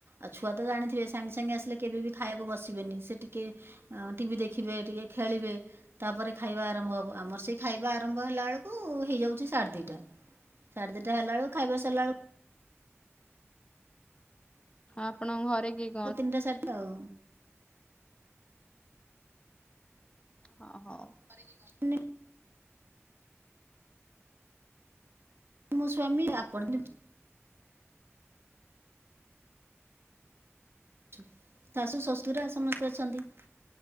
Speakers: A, on the right (about 55°); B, on the left (about 25°).
A: ଆଉ ଛୁଆ ତ ଜାଣିଥିବେ ସାଙ୍ଗେ ସାଙ୍ଗେ ଆସିଲେ କେବେ ବି ଖାଇବାକୁ ବସିବେନି ସେ ଟିକେ ଆ ଟିଭି ଦେଖିବେ ଟିକେ ଖେଳିବେ ତାପରେ ଖାଇବା ଆରମ୍ଭ ହବ ଆମର ସେ ଖାଇବା ଆରମ୍ଭ ହେଲା ବେଳକୁ ହେଇଯାଉଛି ସାଢ଼େ ଦିଇଟା। ସାଢେ ଦିଟା ହେଲା ବଳକୁ ଖାଇବା ସଲାବେଳକୁ
B: ଆପଣଙ୍କ ଘରେ କିଏ କି
A: ତିନିଟା ସାର୍ଟ ଆଉ।
B: ହ ହଉ।
A: <unintelligible> ମୋ ସ୍ଵାମୀ ଆପଣ ଯ ଶାଶୁ ଶ୍ୱଶୁରା ସମସ୍ତେ ଅଛନ୍ତି।